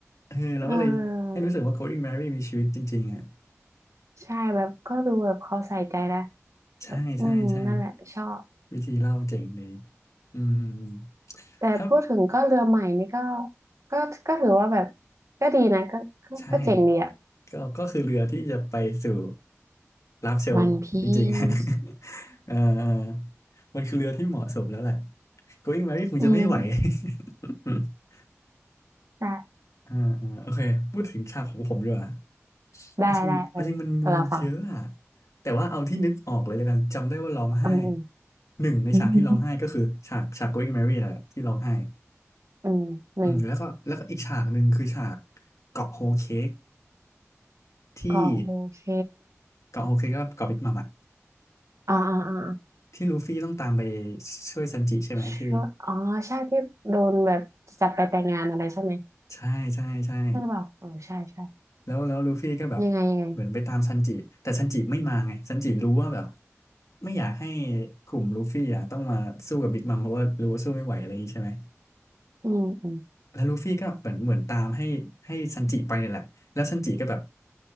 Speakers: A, on the left (about 90°); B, on the right (about 80°).
A: เออเราก็เลยให้รู้สึกว่าโค
B: เออ
A: i ิ g งแมรี่มีชีวิตจริงๆอ่ะ
B: ใช่แบบก็ดูแบบเขาใส่ใจนะ
A: ใช่ใช่ใช่
B: แบบอืมนั่นแหละชอบ
A: วิธีเล่าเจ๋งดีอืมอืมอืม
B: แต่พูดถึงก็เรือใหม่นี่ก็
A: ถ้า
B: ก็ก็ถือว่าแบบก็ดีนะก็ก็ก็เจ๋งดีอะ
A: ใช่ก็ก็คือเรือที่จะไปสู่ลาฟเชลจริงๆ
B: วันพีซ
A: <laughs> เออเออมันคือเรือที่เหมาะสมแล้วแหละ Going m e r y
B: <laughs>
A: คงจะไม่ไหว
B: อืม
A: <laughs>
B: ได้
A: อ่าอ่าโอเคพูดถึงฉากของผมดีกว่า
B: ได้ได้เออ
A: เอาจริงเอาจริงมันมันเยอะอะ
B: เราฟัง
A: แต่ว่าเอาที่นึกออกเลยแล้วกันจำได้ว่าร้องไห้
B: อืมอืม
A: หนึ่งในฉากที่ร้องไห้ก็คือฉากฉาก
B: อืม
A: Going Mary แหละที่ร้องไห้
B: อืมหนึ่ง
A: อืมแล้วก็แล้วก็อีกฉากหนึ่งคือฉากเกาะโฮลเค้กที่
B: ก็โอเค
A: เกาะโฮลเค้กก็เกาะบิ๊กมัมอะ
B: อ่าอ่าอ่า
A: ที่ลูฟี่ต้องตามไปช่วยซันจิใช่ไหมที่
B: ช่วยอ๋อใช่ที่โดนแบบจับไปแต่งงานอะไรใช่ไหม
A: ใช่ใช่ใช่
B: ใช่หรือเปล่าเออใช่ใช่
A: แล้วแล้วลูฟี่ก็แบบเหมือนไปตามซันจิแต่ซันจิไม่มาไงซันจิรู้ว่าแบบ
B: ยังไงยังไง
A: ไม่อยากให้กลุ่มลูฟี่อ่ะต้องมาสู้กับบิ๊กมัมเพราะว่ารู้ว่าสู้ไม่ไหวอะไรอย่างนี้ใช่ไหม
B: อืมอืม
A: แล้วลูฟี่ก็เหมือนเหมือนตามให้ให้ซันจิไปนี่นแหละแล้วซันจิก็แบบ